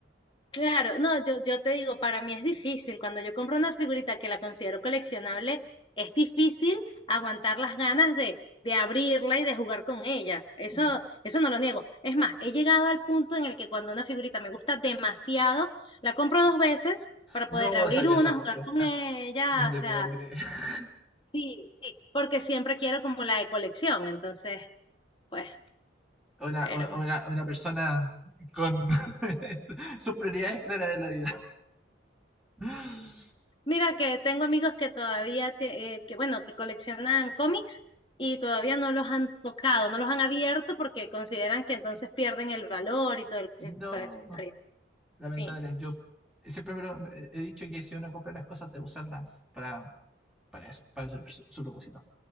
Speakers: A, on the left; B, in the centre.
A: Claro, no, yo, yo te digo, para mí es difícil. Cuando yo compro una figurita que la considero coleccionable, es difícil aguantar las ganas de, de abrirla y de jugar con ella. Eso,
B: Mm.
A: eso no lo niego. Es más, he llegado al punto en el que cuando una figurita me gusta demasiado, la compro dos veces para
B: No
A: poder abrir
B: sabía
A: una,
B: esa respuesta.
A: jugar con ella.
B: No te
A: O sea,
B: puedo creer. <laughs>
A: sí, sí, porque siempre quiero como la de colección. Entonces, pues,
B: Una,
A: pero
B: una, una persona con <laughs> su- sus prioridades claras en la vida. <laughs>
A: Mira que tengo amigos que todavía, te- eh, que bueno, que coleccionan cómics y todavía no los han tocado, no los han abierto porque consideran que entonces pierden el valor y todo el-
B: No,
A: eh, toda esa historia.
B: lamentable.
A: Sí,
B: Yo siempre me lo- me- he dicho que si uno compra las cosas, debe usarlas para, para eso, para su,
A: pues,
B: su- su propósito.